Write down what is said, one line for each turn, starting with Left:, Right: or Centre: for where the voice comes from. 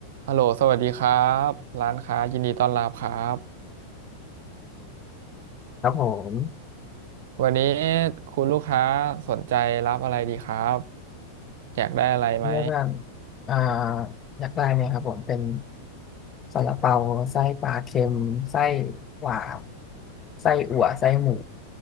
Right: ฮัลโหลสวัสดีครับร้านค้ายินดีต้อนรับครับ
Left: ครับผม
Right: วันนี้คุณลูกค้าสนใจรับอะไรดีครับอยากได้อะไรไหม
Left: เนี่ยเพื่อนอ่าอยากได้เนี่ยครับผมเป็นซาลาเปาไส้ปลาเค็มไส้หวานไส้อั่วไส้หมู